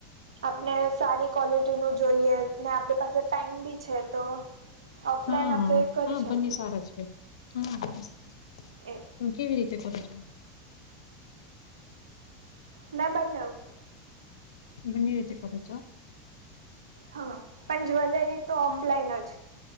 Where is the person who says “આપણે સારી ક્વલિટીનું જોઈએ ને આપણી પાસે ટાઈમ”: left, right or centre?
Right